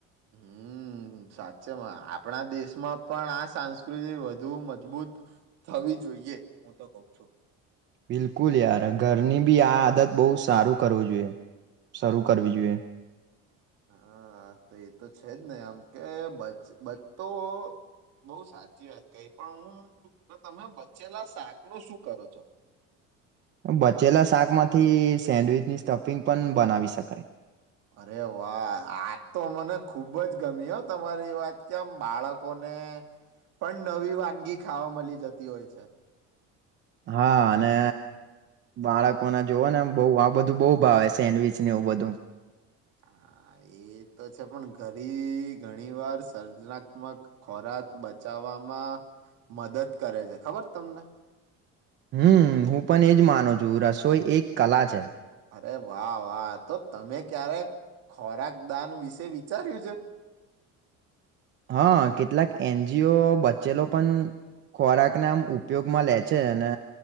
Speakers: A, on the right; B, on the right.
A: હમ. સાચેમાં આપણા દેશમાં પણ આ સાંસ્કૃતિ વધુ મજબૂત થવી જોઈએ હું તો કઉ છું.
B: બિલકુલ યાર, ઘરની બી આ આદત બો સારું કરવું જોઈએ. શરૂ કરવી જોઈએ.
A: હા, તો એતો છેજ ને આમ કે બચ બચતો. બહુ સાચી વાત કહી પણ હું તમે બચેલા શાકનું શું કરો છો? <inaudible>
B: બચેલા શાકમાંથી સેન્ડવીચની સ્ટફિંગ પણ બનાવી શકાય.
A: અરે વાહ, આતો મને ખૂબ જ ગમી હ તમારી વાત કેમ બાળકોને ને પણ નવી વાનગી ખાવા મલી જતી હોય છે.
B: હા, અને બાળક લોકોના જોવાના આમ બો આ બધું બો ભાવે સેન્ડવીચને એવું બધું.
A: <unintelligible> એતો છે પણ ઘરી ઘણી વાર સર્જનાત્મક ખોરાક બચાવ વામાં મદદ કરે છે ખબર તમને
B: હમ, હું પણ એજ માનું છું રસોઈ એક કલા છે.
A: અરે વાહ વાહ. તો તમે ક્યારે ખોરાક દાન વિશે વિચાર્યું છે.
B: હા, કેટલાક એનજીઓ બચેલો પણ ખોરાકને આમ ઉપયોગમાં લે છે અને